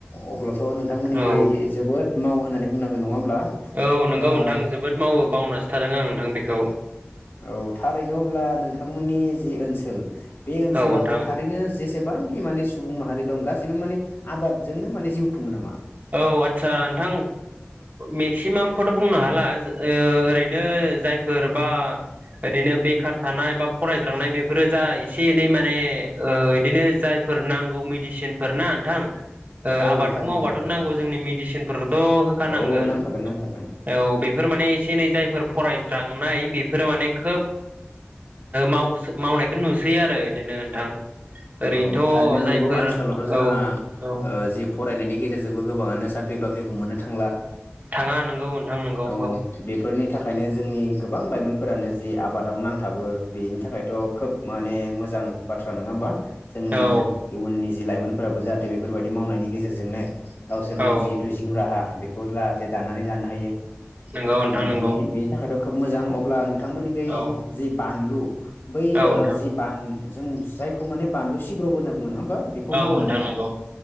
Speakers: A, on the left; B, on the right.
A: अब्लाथ' नोंथांमोननिखै
B: औ
A: जोबोद मावो होननानै बुंनांगोन नङा होमब्ला
B: औ नंगौ
A: ओ
B: नोंथां जोबोद मावो बावनासो थादों आं नोंथां बेखौ
A: औ थारैनो अब्ला नोंथांमोननि जि ओनसोल बे ओनसोलाव
B: नोंथां
A: थारैनो जेसेबां खि माने सुबुं माहारि दं गासैबो माने आबादजोंनो माने जिउ खुङो नामा
B: औ आचसा नोंथां मेक्सिमामखौथ' बुंनो हाला ओरैनो जायफोर बा ओरैनो बेखार थानाय बा फरायज्रांनाय बेफोरो जा एसे एनै माने बिदिनो जायफोर नांगौ मेदिसिनफोर ना नोंथां
A: औ
B: आबादखौ
A: थारैनो
B: मावा
A: नंगौ
B: आरो नांगौ
A: नोंथां
B: जोंनि मेडिसिनफोरखौथ' होखानांगोन
A: औ नांखागोन नांखागोन
B: औ बेफोर माने एसे एनै जायफोर फरायज्रांनाय बेफोरो माने खोब माव मावनायखौ नुसैयो आरो बिदिनो नोंथां ओरैनोथ'
A: औ थारैनो नंगौ
B: जायफोर
A: आथिखालावथ' जोंहा
B: औ औ
A: जि फरायनायनि गेजेरजोंबो गोबाङानो साख्रि बाख्रिखौ मोननो थांला
B: थाङा नोंगौ नोंथां नोंगौ
A: ओ औ बेफोरनि था खायनो जोंनि गोबां लाइमोनफोरानो जि आबादाव नांथाबो बेनि थाखायथ' खोब माने मोजां बाथ्रा नङा होमबा जोंनि
B: औ
A: इयुननि जि लाइमोनफोराबो जाहाथे बेफोरबायाददि मावनायनि गेजेरजोंनो गावसोरनि
B: औ
A: जिथु जिउ राहा बेखौ जाहाथे दानानै लानो हायो
B: नोंगौ नोंथां नोंगौ
A: बिनि बिनि थाखाय द खोब मोजां अब्ला नोंथांमोननिखै
B: औ
A: जि बानलु बै
B: औ
A: ओ
B: नोंथां
A: जि बान जों जायखौ माने बानलु सिब्रबो होनना बुङो नङा? होमबा बेखौ
B: औ
A: मावो
B: नोंथां
A: ना मावा
B: नोंगौ